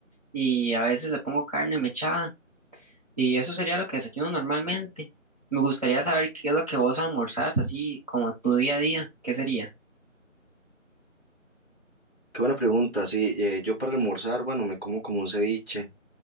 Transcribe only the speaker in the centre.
Qué buena pregunta, sí. eh, yo para almorzar, bueno, me como como un ceviche,